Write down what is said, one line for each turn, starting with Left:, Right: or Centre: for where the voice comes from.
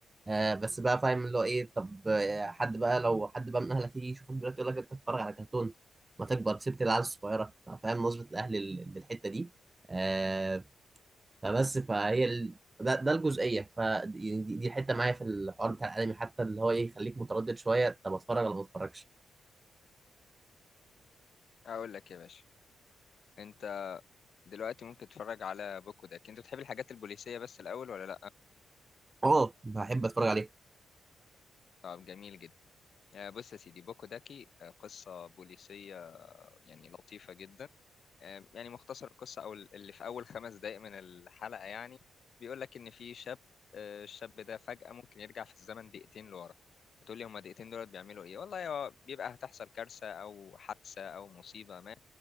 Right: آه بس بقى فاهم اللي هو ايه طب آه، حد بقى لو حد بقى من اهلك يجي يشوفك دلوقتي يقول لك انت بتتفرج على كرتون ما تكبر سبت العيال الصغيره فاهم نظره الاهل لل- للحته دي آه فبس فهي ال... ده, ده الجزئيه ف يعني دي, دي حته معايا في الحوار بتاع الانمي حتى اللي هو ايه يخليك متردد شويه طب اتفرج ولا ما اتفرجش
Left: اقول لك يا باشا انت دلوقتي ممكن تتفرج على بوكو داك انت بتحب الحاجات البوليسيه بس الاول ولا لا
Right: اه بحب اتفرج عليه
Left: طب جميل جدا آه، بص يا سيدي بوكو داكي آه، قصة بوليسية آه، يعني لطيفة جدا آه، يعني مختصر القصة أو اللي في أول خمس دقايق من الحلقة يعني بيقول لك إن في شاب آه، الشاب ده فجأة ممكن يرجع في الزمن دقيقتين لورا هتقول لي هما دقيقتين دولت بيعملوا إيه والله هو بيبقى هتحصل كارثة أو حادثة أو مصيبة ما